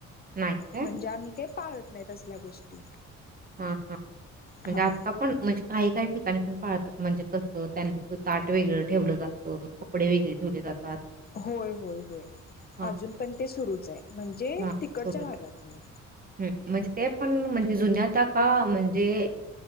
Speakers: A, on the right (about 30°); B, on the left (about 30°).
A: नाही काय?
B: म्हणजे आम्ही का पाहत नाही तसल्या गोष्टी
A: हा हा म्हणजे
B: हा
A: आता पण म्हणजे काही काही ठिकाणी पण पाळतात म्हणजे कसं त्यांचं ताट वगरं ठेवलं जातं कपडे वगरे ठेवले जातात
B: होय होय होय
A: हां
B: अजून पण ते सुरूच आहे म्हणजे
A: हां
B: तिकडच्या
A: बरोबर.
B: भागात म
A: हं म्हणजे ते जुूनजात का म्हणजे